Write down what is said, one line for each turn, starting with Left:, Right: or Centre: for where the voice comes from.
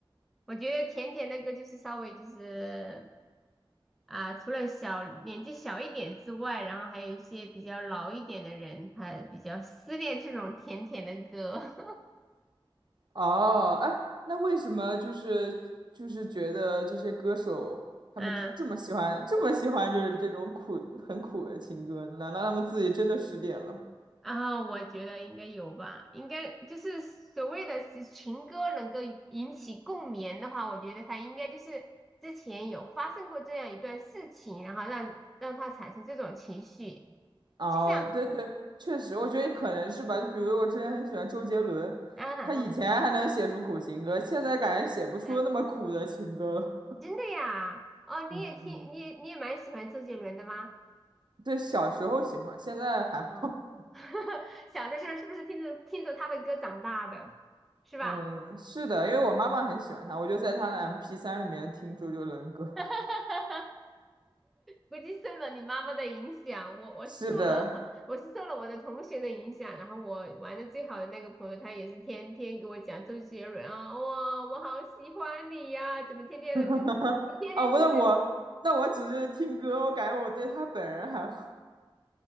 Centre: 我觉得甜甜那个就是稍微就是。啊，除了小年纪小一点之外，然后还有一些比较老一点的人，他比较思念这种甜甜的歌，
Right: 哦，哎，那为什么就是就是觉得这些歌手他们这么喜欢这么喜欢就是这种苦很苦的情歌？
Centre: <laughs> 嗯，
Right: 难道他们自己真的失恋了？
Centre: 然后我觉得应该有吧，应该就是所谓的是情歌能够引起共鸣的话，我觉得他应该就是之前有发生过这样一段事情，然后让让他产生这种情绪，
Right: 哦，
Centre: 就像，
Right: 对对，确实，我觉得可能是吧。就比如我之前很喜欢周杰伦，
Centre: 嗯嗯
Right: 他以前还能写出苦情歌，现在感觉写不出那么苦的情歌了。
Centre: 嗯，真的呀，哦，你也听，
Right: 嗯嗯，
Centre: 你也你也蛮喜欢周杰伦的吗？
Right: 对，小时候喜欢，现在还好。
Centre: 嗯，
Right: <laughs>
Centre: <laughs> 小的时候是不是听着听着他的歌长大的，是吧？
Right: 嗯，是的，因为我妈妈很喜欢他，我就在他的 m p 三里面听周杰伦歌。
Centre: <laughs> 估计受了你妈妈的影响，我我受了
Right: 是的，
Centre: <laughs> 我是受了我的同学的影响，然后我玩的最好的那个朋友，他也是天天给我讲周杰伦啊，哇，我好喜欢你呀、怎么天天的就
Right: <laughs>
Centre: 天天就是
Right: 哦，不，那我那我只是听歌，我感觉我对他本人还好。